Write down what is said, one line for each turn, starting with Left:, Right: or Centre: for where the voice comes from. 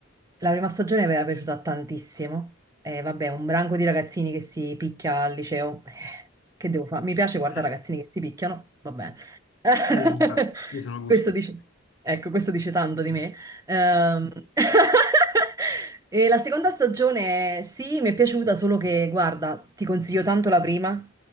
Right: La prima stagione mi era piaciuta tantissimo. E vabbè, un branco di ragazzini che si picchia al liceo. Eh, Che devo fare? Mi piace guardare
Left: <laughs>
Right: ragazzini che si picchiano. Vabbè. <laughs>
Left: Eh, ci sta, mi sono gusti.
Right: Questo dice... Ecco, questo dice tanto di me. Ehm, <laughs> e la seconda stagione, sì, mi è piaciuta, solo che, guarda, ti consiglio tanto la prima,